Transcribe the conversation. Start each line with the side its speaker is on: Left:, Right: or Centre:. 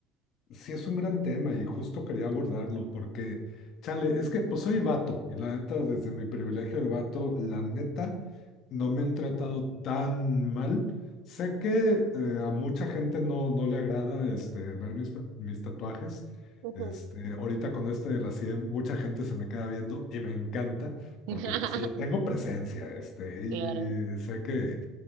Left: Sí, es un gran tema y justo quería abordarlo porque, chale, es que pues soy vato y la neta, desde mi privilegio de vato, la neta, no me han tratado tan mal. Sé que eh, a mucha gente no, no le agrada este, ver mis, mis tatuajes.
Right: Ujú.
Left: Este, ahorita con este de la 100 mucha gente se me queda viendo y me encanta
Right: <laughs>
Left: porque pues sí, tengo presencia este, y,
Right: Claro.
Left: y sé que,